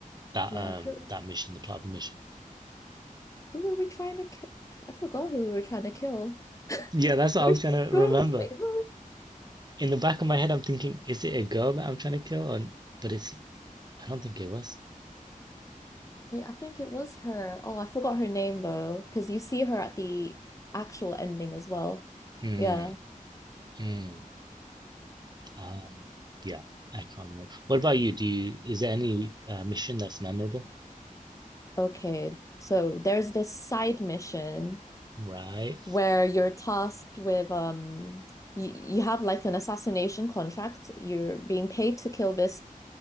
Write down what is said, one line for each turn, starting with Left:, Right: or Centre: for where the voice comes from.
Right: that
Left: yeah,
Right: um
Left: who
Right: that mission, the plot of the mission.
Left: who were we trying to kill? I forgot who we were trying to kill.
Right: Yeah, that's what I
Left: Which,
Right: was trying to
Left: who
Right: remember.
Left: were we, wait, who were we,
Right: In the back of my head, I'm thinking, is it a girl that I'm trying to kill? Or, but it's I don't think it was.
Left: wait, I think it was her. Oh, I forgot her name though, because you see her at the actual ending as well.
Right: Hmm.
Left: Yeah.
Right: Hmm. Um. Yeah, I can't remember. What about you? Do you is there any uh, mission that's memorable?
Left: Okay. So there's this side mission
Right: Right.
Left: where you're tasked with um you, you have like an assassination contract. You're being paid to kill this